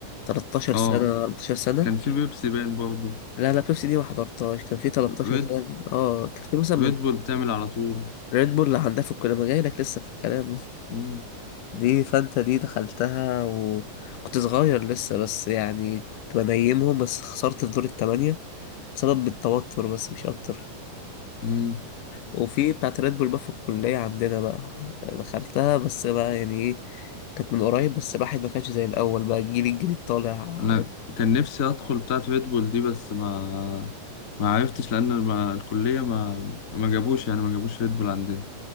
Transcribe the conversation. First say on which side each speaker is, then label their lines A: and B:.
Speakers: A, on the left (about 80°); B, on the left (about 50°).
A: 13
B: اه
A: سنة 14 سنة
B: كان في بيبسي باين برضه
A: لا لا بيبسي دي ما حضرتهاش كان في 13
B: ريد
A: سنة اه كان في مثلا من
B: ريد بول بتعمل على طول
A: ريد بول عندها في الكلية ما جاي لك لسه في الكلام
B: مم.
A: دي فانتا دي دخلتها وكنت صغير لسه بس يعني كنت بنيمهم بس خسرت في دور التمانية بسبب التوتر بس مش أكتر
B: مم.
A: وفي بتاعت ريد بول بقى في الكلية عندنا بقى دخلتها بس بقى يعني ايه كانت من قريب بس الواحد ما كانش زي الأول بقى الجيل الجديد طالع
B: انا كان نفسي ادخل بتاعه ريد بول دي بس ما ما عرفتش لان ما الكليه ما ما جابوش يعني ما جابوش ريد بول عندنا